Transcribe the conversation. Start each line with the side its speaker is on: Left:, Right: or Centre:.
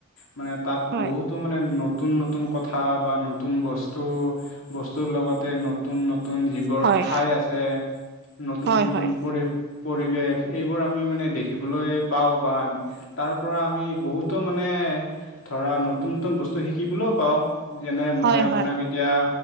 Left: মানে তাত
Right: হয়,
Left: বহুত তো মানে নতুন নতুন কথা বা নতুন বস্তু বস্তুৰ লগতে নতুন নতুন যি বোৰ
Right: হয়,
Left: ঠাই আছে নতুন
Right: হয়,
Left: নতুন
Right: হয়,
Left: পৰি পৰিৱেশ এইবোৰ আমি মানে দেখিবলৈ পাওঁ বা তাৰ পৰা আমি বহুতো মানে ধৰা নতুন নতুন বস্তু শিকিবলৈও পাওঁ যেনে
Right: হয়,
Left: মই
Right: হয়। হয়,
Left: আপোনাক
Right: হয়,
Left: এতিয়া